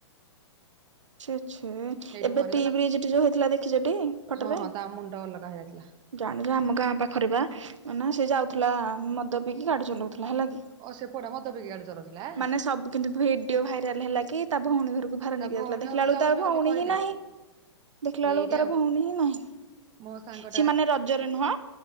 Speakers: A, on the right; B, on the right.
A: <unintelligible> ଛେ ଛେ
B: ସେଇଠି
A: ଏବେ
B: ମରିଗଲା
A: ଟି ବ୍ରିଜଠି ଯୋଉ ହେଇଥିଲା ଦେଖିଛଟି ଫଟୋରେ?
B: ହଁ ହଁ ତା ମୁଣ୍ଡ ଅଲଗା ହେଇଯାଇଥିଲା
A: ଜାଣଛ ଆମ ଗାଁ ପାଖରେ ବା ଅନା ସେ ଯାଉଥିଲା ମଦ ପିଇକି ଗାଡି ଚଲାଉଥିଲା ହେଲା କି
B: ଓ ସେ ପୁଅଟା ମଦ ପିଇକି ଗାଡି ଚଳଉଥିଲା।
A: ମାନେ ସବୁ କିନ୍ତୁ ଭିଡିଓ ଭାଇରାଲ ହେଲା କି ତା ଭଉଣୀ ଘରକୁ ଭାର ନେଇକି
B: ତା ଭଉଣୀ
A: ଯାଇଥିଲା। ଦେଖିଲା
B: ଘରକୁ
A: ବେଳକୁ
B: ଯାଉଥିଲା
A: ତାର ଭଉଣୀ
B: ବୋଲି କହିଲେ
A: ହିଁ ନାହିଁ, ଦେଖିଲା
B: ଏଇଠି
A: ବେଳକୁ ତାର
B: ଆଉ
A: ଭଉଣୀ ହିଁ ନାହିଁ।
B: ମୋ ସାଙ୍ଗ
A: ସେ ମାନେ ରଜରେ ନୁହଁ